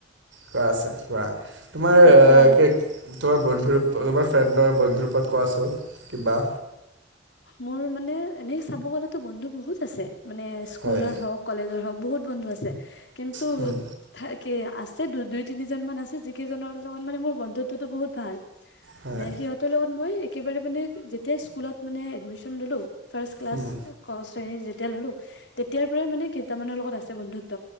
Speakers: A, on the right (about 85°); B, on the left (about 70°).
A: কোৱা তোমাৰ
B: উম কোৱা
A: তোমাৰ বন্ধু ৰ তোমাৰ ফ্ৰেণ্ডৰ বন্ধুৰ পৰাক কোৱাছোন কিবা
B: মোৰ মানে এনেই চাব গলেতো বন্ধু বহুত আছে। মানে স্কুলৰ
A: হয়
B: হওক কলেজৰ হওক। বহুত বন্ধু আছে। আছে কিন্তু
A: হুম,
B: থাক কি আছে তো দুই তিনিজন মান আছে যিকেইজনৰ লগত মানে মোৰ বন্ধুত্বতটো বহুত ভাল।
A: হয়
B: নে সিহঁতৰ লগত মই একেবাৰে মানে যেতিয়া স্কুলত মানে এডমিশন ললো, ফাৰ্ষ্ট ক্লাছ
A: হুম,
B: ক শ্ৰেণী যে তেল ললো তেতিয়াৰ‌ পৰাই মানে কেইটামানৰ লগত আছে বন্ধুত্ব।